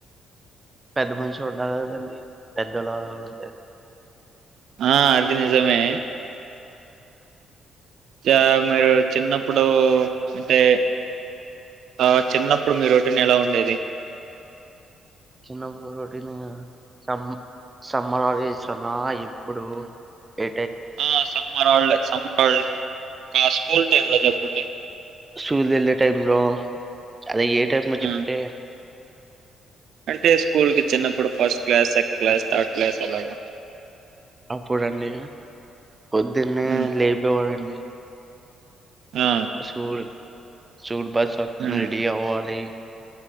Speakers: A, on the right; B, on the right.
A: పెద్ద మనుషులు ఉంటారు కదండి పెద్దళ్ళంటే
B: ఆ అది నిజమే చ ఇ మీరు చిన్నప్పుడు అంటే ఆ చిన్నప్పుడు మీ రోటిన్ ఎలా ఉండేది
A: చిన్నప్పుడు రొటీన్ ఇంగ సం సమ్మర్ హాలీడ్స్ అన్న ఎప్పుడు ఎ
B: ఆ summer holiday summer school time లో చెప్పండి
A: సూలు వెళ్ళే టైం లో అది ఏ టైమో
B: ఆ,
A: చెప్తే
B: అంటే స్కూల్కి చిన్నప్పుడు first class second class third class అలాగా
A: అప్పుడండి పొద్దున్నే
B: ఉమ్.
A: లేపెవడండి
B: ఆ,
A: సూ సూట్ బస్ సతు
B: ఉమ్,
A: రెడీ అవ్వలి